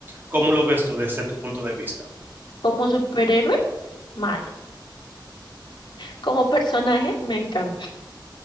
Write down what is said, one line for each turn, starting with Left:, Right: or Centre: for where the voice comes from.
Right: ¿Cómo lo ves tú desde tu punto de vista?
Left: Como superhéroe, malo. Como personaje, me encanta.